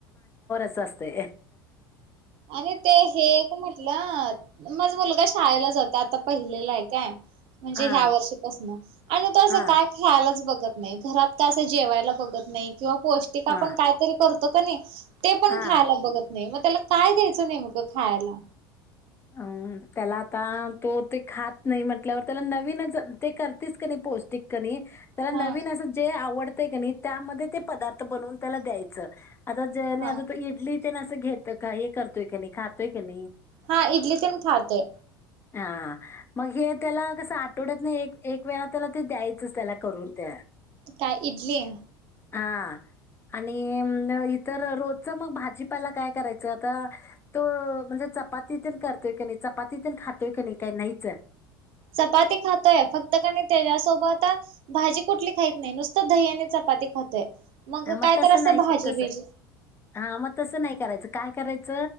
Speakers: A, on the left; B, on the right.
A: असच असतय,
B: आणि ते हे एक म्हटलं माझ मुलगा शाळेला जातोय. आता पहिलीला आहे. काय म्हणजे
A: हा
B: ह्या वर्षीपासन आणि त्याचं
A: हा
B: काय खेळायलाच बघत नाही घरात का असं जेवायला बघत नाही. किंवा पौष्टिक आपण
A: हा
B: काहीतरी करतो. तो कणी ते पण
A: हा
B: खायला बघत नाही. मग त्याला काय द्यायचं नेमकं खायाला
A: अ त्याला आता तो ते खात नाही म्हटल्यावर, त्याला नवीनच ते करतेच क नाही पौष्टिक कणी त्याला
B: हा
A: नवीन असं जे आवड तय कनी त्यामध्ये ते पदार्थ बनवून त्याला द्यायचं. आता जे नि
B: हा
A: आता इडली तेन असं घेत का हे करतोय कणी, खातोय कणी.
B: हा इडली तेन खातोय.
A: हा मग हे त्याला कसं आठवड्यातन एक एक वेळा त्याला द्यायचंच करून त्या.
B: काय इडली?
A: हा, आणि इतर रोजच मग भाजीपाला काय करायचं. आता तो च चपातीतेन करतोय की नाही, चपातीतेन खातोय कणी काय नईच?
B: चपाती खातोय. फक्त कणी त्याच्यासोबत भाजी कुठली खइत नई. नुसतं दही आणि चपाती खातोय.
A: ह मग
B: काय
A: तसं
B: तर असं
A: नाही
B: भाजी
A: तस
B: बिजी
A: हा मग तसं नाही करायचं काय कराय च